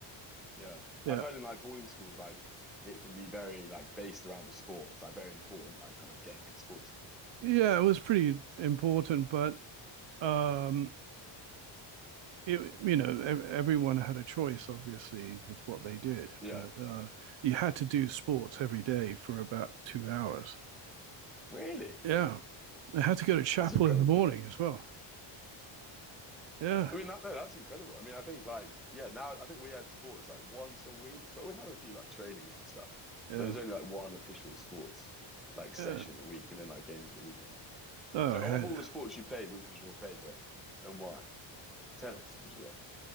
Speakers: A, in the centre; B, on the right (about 65°).
A: Yeah,
B: Yeah.
A: I've heard in like boarding schools like it can be very like based around the sport. It's like very important, like kind of getting in the sports. Team.
B: Yeah, it was pretty important, but um it, you know, everyone had a choice, obviously, with what they did,
A: Yeah,
B: but uh, you had to do sports every day for about two hours.
A: really,
B: Yeah, I had to go to chapel
A: that's incredible.
B: in the morning as well. Yeah,
A: I mean that no, that's incredible. I mean, I think like yeah, now I think we had sports like once a week, but we'd have a few like trainings and stuff.
B: yeah,
A: There was only like one official sports like session
B: yeah.
A: a week, and then like games at the weekend.
B: Oh,
A: So
B: I had,
A: of all the sports you played, which was your favorite and why? Tennis. Yeah.